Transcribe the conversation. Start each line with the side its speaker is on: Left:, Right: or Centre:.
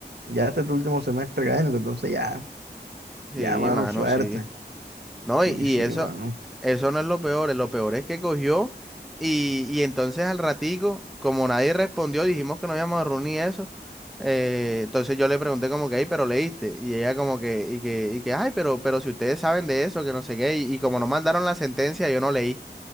Right: Ya este es tu último semestre académico, entonces ya,
Centre: Sí,
Right: ya, mano,
Centre: mano,
Right: suerte.
Centre: sí. No,
Right: Sí,
Centre: y, y
Right: sí,
Centre: eso,
Right: mano.
Centre: eso no es lo peor, lo peor es que cogió y, y entonces al ratico, como nadie respondió, dijimos que no íbamos a reunir y eso, eh, entonces yo le pregunté como que, "Ey, pero leíste, y ella como que, y que, y que, ay, pero, pero si ustedes saben de eso, que no sé qué, y, y como no mandaron la sentencia, yo no leí.